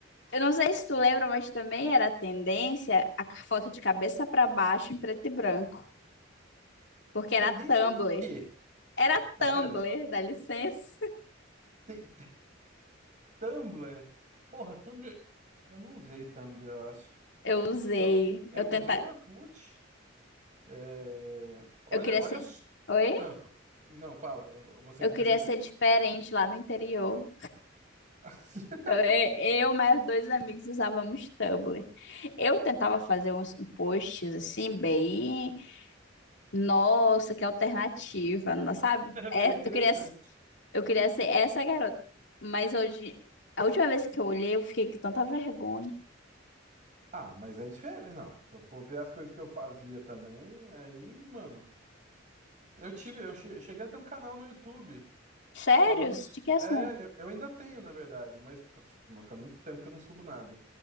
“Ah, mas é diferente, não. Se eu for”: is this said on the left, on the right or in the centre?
Right